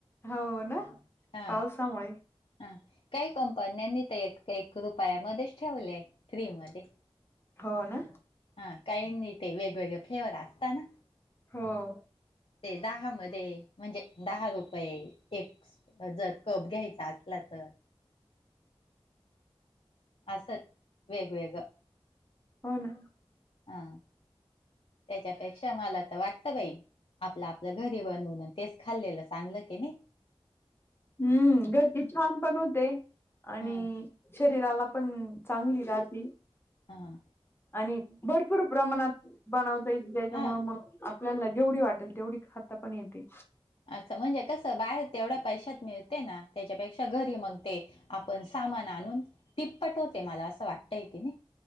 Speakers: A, on the left; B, on the left.
A: हो ना
B: हा
A: पावसामुळे.
B: हा काही कंपन्यांनी ते रुपयामध्येच ठेवलेय फ्री मध्ये.
A: हो ना.
B: हा काही नाही ते वेगवेगळे फ्लेवर असतातना.
A: हो.
B: ते दहा म म्हणजे दहा रुपये एकस. जर कप घ्यायचा असला तर. असत वेगवेगळं.
A: हो ना.
B: हा त्याच्यापेक्षा मला तर वाटत बाई. आपलं आपलं घरी बनवून तेच खाल्लेलं चांगलं की नाही.
A: हम्म घरची छान पण होते आणि
B: हा
A: शरीराला पण चांगली राहती
B: हा
A: आणि. भरपूर प्रमनात बनवत त्याच्यामुळे
B: हां,
A: मग. आपल्याला जेवढी वाटेल तेवढी खाता पण येते.
B: अच्छा म्हणजे कसं बाहेर तेवढ्या पैशात मिळते ना त्याच्यापेक्षा घरी म्हणते. आपण सामान आणून तीप्पट होते मला असं वाटतंय की नाही.